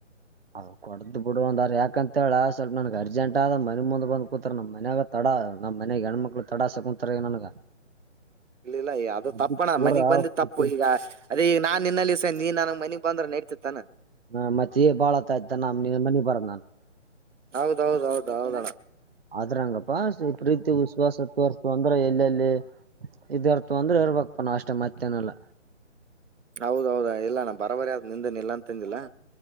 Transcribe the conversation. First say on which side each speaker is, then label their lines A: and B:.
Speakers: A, on the right (about 50°); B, on the right (about 75°).
A: ಅವ್ ಕೊಡ್ದ್ ಬಿಡುವಂದಾರ ಯಾಕಂತ ಹೇಳ ಸ್ವಲ್ಪ ನನಗ್ ಅರ್ಜೆಂಟ್ ಆದ ಮನೆ ಮುಂದೆ ಬಂದ ಕೂತ ನಮ್ಮ ಮನ್ಯಾಗ ತಡ ನಮ್ಮ್ ಮನೆಗೆ ಹೆಣ್ಮಕ್ಳು ತಡಾಸ ಕುಂತಾರೆ ನನ್ಗ
B: ಇಲ್ಲ ಇಲ್ಲ ಅದು
A: ಅದಕ್
B: ತಪ್ಪಣ್ಣ
A: ಪೂರ
B: ಮನಗ್
A: ಹ
B: ಬಂದಿದ್ದ ತಪ್ಪ ಈಗ ಅದ ಈಗ ನಾನ್ ನಿನ್ನಲ್ಲಿ ನೀನ್ ನನಗ್ ಮನೆಗ್ ಬಂದ್ರೆ ನಡ್ತ ತಾನೆ
A: ಹಾ ಮತ್ತೆ ಬಾಳತ ಆಯ್ತ ನಮ ಮನಿ ಬರ ನಾನನ್
B: ಹೌದೌದೌದ ಹೌದ
A: ಆದ್ರ ಹಂಗಪ್ಪಾ ಪ್ರೀತಿ ವಿಶ್ವಾಸ ತರ್ಸು ಅಂದ್ರೆ ಎಲ್ಲೆಲ್ಲಿ ಇದ ಅರ್ಥವಂದ್ರೆ ಇರ್ಬೇಕಕ್ ಪನ ಅಷ್ಟೇ ಮತ್ತೇನಲ್ಲ
B: ಹೌದೌದ ಇಲ್ಲಾನ ಬರಬರಿ ಆದ ನಿಂದನ್ ಇಲ್ಲಾ ಅಂತಂದಿಲ್ಲಾ